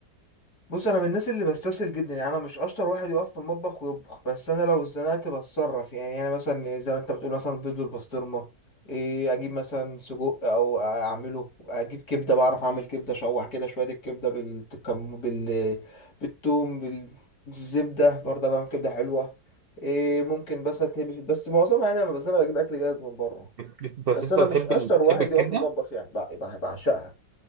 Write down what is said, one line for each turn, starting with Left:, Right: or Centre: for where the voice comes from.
Left: بص انا من الناس اللي بستسهل جدا يعني انا مش اشطر واحد يقف في المطبخ ويطبخ بس انا لو اتزنقت بتصرف يعني يعني مثلا زي ما انت بتقول مثلا بيض والبسطرمه إيه اجيب مثلا سجق او اعمله اجيب كبده بعرف اعمل كبده اشوح كده شويه الكبده بالكم بال بالثوم بالزبده برضه بعمل كبده حلوه إيه ممكن بس اتهبي في بس معظمها يعني انا بس انا بجيب اكل جاهز من بره
Right: بت- بت-
Left: بس
Right: بس انت
Left: انا
Right: بتحب
Left: مش اشطر
Right: ال- بتحب
Left: واحد
Right: الكبده
Left: يقف في المطبخ يعني بع- بع- بعشقها